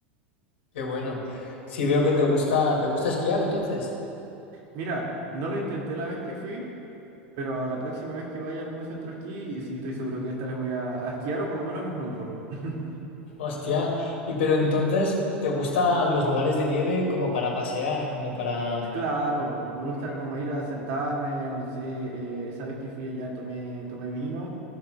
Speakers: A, on the left; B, on the right.
A: Qué bueno. Si veo que te gusta, te gusta esquiar entonces.
B: Mira, no lo intenté la vez que fui. Pero la próxima vez que vaya a algún centro esquí, sí, estoy seguro que esta vez voy a, a esquiar o por lo menos a snowboard. <laughs>
A: Hostia. Y pero entonces, ¿te gustan los lugares de nieve como para pasear, como para...
B: Claro, me
A: <laughs>
B: gusta como ir a sentarme, no sé, eh, esa vez que fui allá tomé, tomé vino